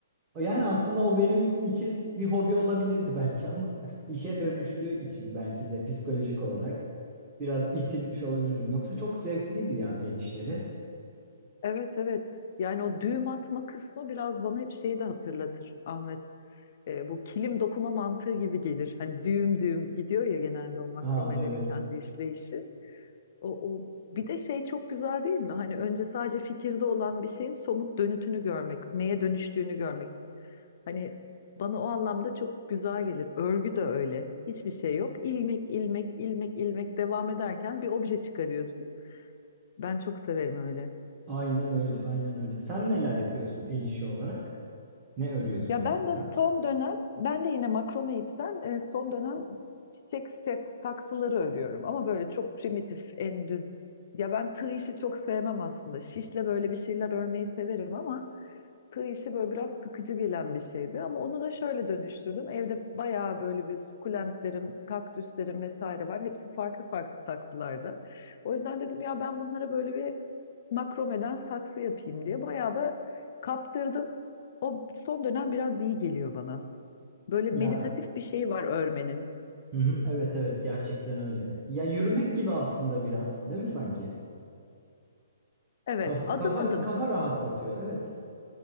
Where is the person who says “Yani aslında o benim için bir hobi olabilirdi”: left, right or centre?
Right